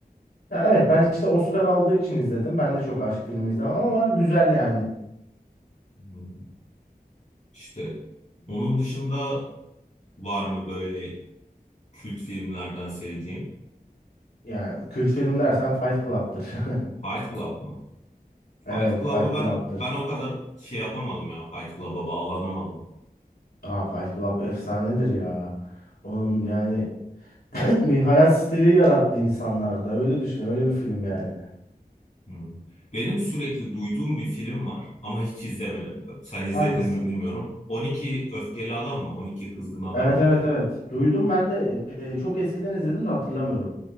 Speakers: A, on the left; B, on the left.
A: Ya evet ben işte Oscar aldığı için izledim. Ben de çok aşk filmi izlemem ama güzel yani.
B: Hmm. İşte onun dışında var mı böyle kült filmlerden sevdiğin?
A: Yani kült film dersen Fight Club'tır. <laughs>
B: Fight Club mı? Fight
A: Evet
B: Club'ı
A: Fight
B: ben
A: Club'tır.
B: ben o kadar şey yapamadım ya Fight Club'a bağlanamadım.
A: Aa Fight Club efsanedir ya. Onun yani <clears throat> bir hayat stili yarattı insanlarda. Öyle düşün öyle bir film yani.
B: Hmm. Benim sürekli duyduğum bir film var ama hiç izlemedim. Sen izledin
A: Hangisi?
B: mi bilmiyorum. 12 Öfkeli Adam mı? 12 Kızgın Adam
A: Evet
B: mı
A: evet
B: ne?
A: evet. Duydum ben de e, çok eskiden izledim de hatırlamıyorum.